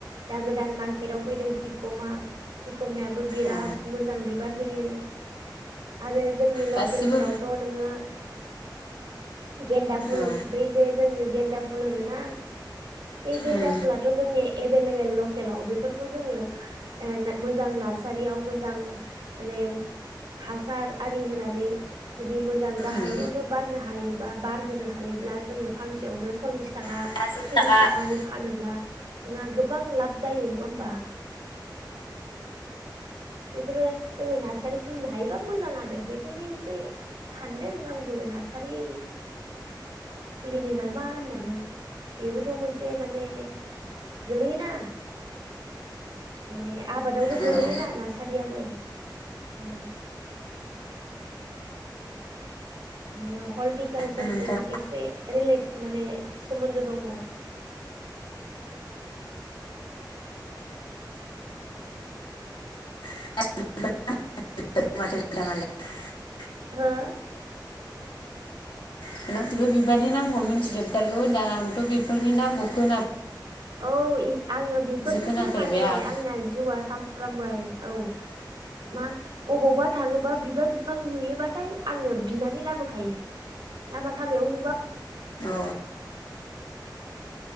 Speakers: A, on the right; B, on the left.
A: दा गोदान मार्केटाव फैदों टिक' मायाबो बिराद
B: औ
A: मोजां बिबार हो यो आरो जोंनि
B: गासिबो
A: लकेलफोरावथ' नोंङो गेन्दा फुल
B: औ
A: बै जे जोङो गेन्दा फुल होनोना बे गेन्दा
B: उम
A: फुलाथ' जोंनि एबेले बेल लकेलाव बेफोरखौ जोंङो ओ मोजां नारयाव मोजां माने हासार आरि होनानै मोजां गाहायायावनो
B: उम
A: बारनो हायोबा बार होनो हायोब्ला जों फांसेयावनो सललिस थाखा
B: औ औ
A: थ्रिस थाखानि फानोब्ला नोंङा गोबां लाब जायो। नंङा होमबा बेफोरो जोङो नार्सारि खुलिनो हायोबा मोजां आरो बेखायनो एसे सानदों आंबो नार्सारि खुलिनो नामा होननानै बेबोथ' मोनसे माने गोलैयोना माने आबादावनो
B: औ
A: गोलैयोना नार सारियाबो उम <unintelligible> हल्टिकालसारजों
B: नोंथां
A: एसे रिलेट माने सोमोन्दो दङ।
B: <inaudible> <inaudible>
A: हो
B: हेल' गासिबो बिबारनि नामखौ मिथिजोबथारगौ होना आंथ' बेफोरनि नामखौ खोना
A: औ आङो बेफोरजोंनो
B: खोनाफेरबाय
A: माने
B: आं
A: आंना जिउआ सामफ्रामबो आरो। औ मा अबावबा थाङोबा बिबार बिफां नुयोबा <unintelligible> आङो बिनानै लाबोखायो लामा सामायाव नुबा
B: औ